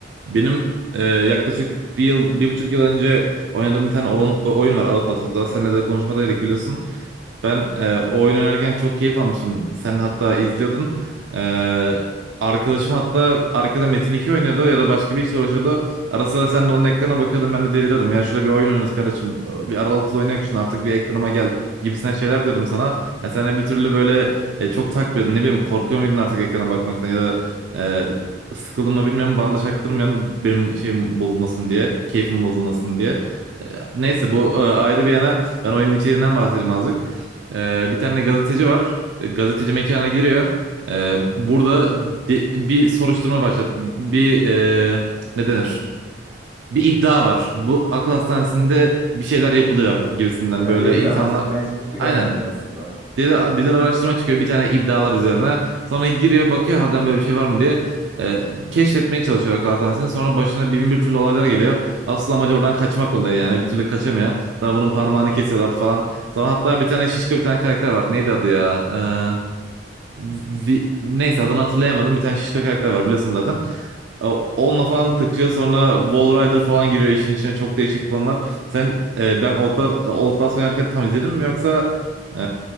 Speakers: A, on the right; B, on the right.
A: Benim e, yaklaşık bir yıl, bir buçuk yıl önce oynadığım bir tane oyun, oyun var Outlast. Hatta seninle de konuşmadaydık biliyorsun. Ben e, o oyun oynarken çok keyif almıştım. Sen hatta izliyordun. E, arkadaşım hatta arkada Metin 2 oynuyordu ya da başka bir işle uğraşıyordu. Ara sıra sen de onun ekrana bakıyordun ben de deliriyordum. Ya şurada bir oyun oynuyoruz kardeşim. Bir aralıklı oynayak şunu artık bir ekranıma gel gibisinden şeyler diyordum sana. Ya sen de bir türlü böyle e, çok takmıyordun. Ne bileyim korkuyor muydun artık ekrana bakmaktan ya da e, sıkıldım mı bilmiyorum bana da çaktırmayan benim şeyim bozulmasın diye keyfim bozulmasın diye. Ee, Neyse bu e, ayrı bir yana ben oyunun içeriğinden bahsedeyim azıcık. Ee, bir tane gazeteci var. E, Gazeteci mekana giriyor. Ee, burada de- bir soruşturma başlat. Bir e, ne denir? Bir iddia var. Bu akıl hastanesinde bir şeyler yapılıyor gibisinden
B: Ya
A: böyle
B: delil
A: insanlar.
B: araştırmaya çıkmış bir
A: Aynen.
B: gazeteci aslında.
A: Diğer, diğer araştırma çıkıyor bir tane iddialar üzerine. Sonra giriyor bakıyor harbiden böyle bir şey var mı diye. E, keşfetmeye çalışıyor akıl hastanesini. Sonra başına bin bir türlü olaylar geliyor. Asıl amacı oradan kaçmak oluyor yani. Bir türlü kaçamıyor. Sonra bunun parmağını kesiyorlar falan. Sonra hatta bir tane şişko bir tane karakter var. Neydi adı ya? E, Vi- neyse adını hatırlayamadım. Bir tane şişko karakter var biliyorsun zaten. O- Onunla falan takıyor sonra Wall Rider falan giriyor işin içine çok değişik konular. Sen e, ben Outlast, Outlast oynarken tam izledin mi yoksa e,